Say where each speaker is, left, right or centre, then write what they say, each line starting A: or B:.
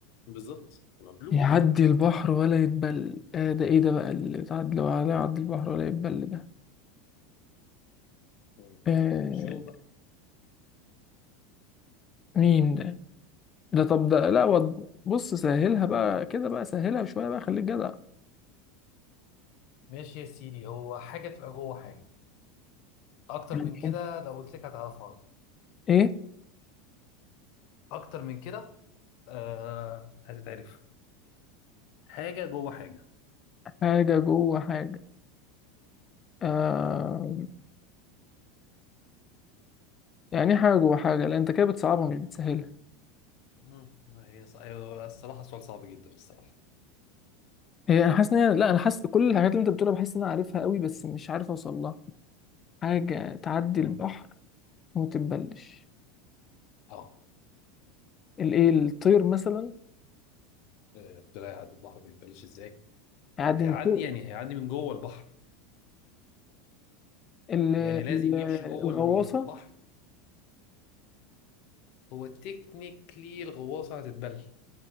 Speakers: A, on the left; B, on the left.
A: بالظبط مبلول
B: يعدي البحر ولا يتبل آه ده ايه ده بقى اللي تعد لو على يعدي البحر ولا يتبل ده
A: مم.
B: آه
A: شوف بقى
B: مين ده ده طب ده لا وض- بص سهلها بقى كده بقى سهلها شوية بقى خليك جدع
A: ماشي يا سيدي هو حاجه تبقى جوه حاجه اكتر
B: ماشي.
A: من كده لو قلت لك هتعرفها على طول.
B: ايه
A: اكتر من كده آه هتتعرف حاجه جوه حاجه
B: حاجة جوه حاجة آه يعني إيه حاجة جوه حاجة لا انت كده بتصعبها مش بتسهلها
A: مم. ما هي ص- أيوة، الصراحه سؤال صعب جدا الصراحه
B: هي انا حاسس ان هي لا انا حاسس كل الحاجات اللي انت بتقولها بحس ان انا عارفها قوي بس مش عارف اوصل لها حاجة تعدي
A: مم.
B: البحر وما تتبلش
A: اه
B: الايه الطير مثلا
A: آه، طلع يعدي البحر ما يبانش ازاي
B: يعدي
A: هيعدي
B: من فوق
A: يعني هيعدي من جوه البحر
B: ال-
A: يعني لازم
B: ال-
A: يمشي جوه
B: الغواصه
A: البحر هو تكنيكلي الغواصه هتتبل